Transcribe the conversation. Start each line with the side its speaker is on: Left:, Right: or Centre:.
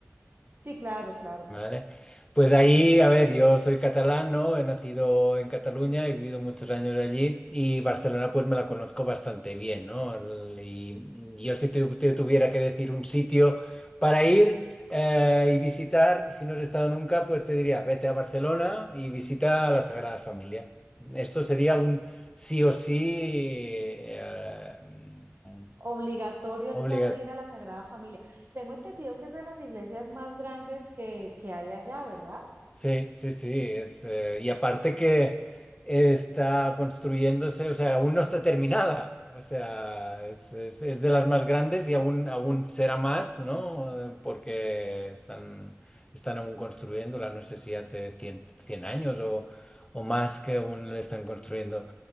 Right: Sí, claro, claro.
Left: Vale. Pues de ahí, a ver, yo soy catalán, ¿no? He nacido en Cataluña, he vivido muchos años allí y Barcelona pues me la conozco bastante bien, ¿no? El- Y y yo si te, te tuviera que decir un sitio para ir eh, y visitar, si no has estado nunca, pues te diría, vete a Barcelona y visita la Sagrada Familia. Esto sería un sí o sí eh, mm,
Right: Obligatorio
Left: obligatorio
Right: el plan de ir a la Sagrada Familia. Tengo entendido que es de las iglesias más grandes que, que hay allá, ¿verdad?
Left: Sí, sí, sí, es, eh, y aparte que está construyéndose, o sea, aún no está terminada, o sea, es, es- es de las más grandes y aún, aún será más, ¿no? Eh, Porque están, están aún construyéndola, no sé si hace cien cien años o, o más que aún la están construyendo.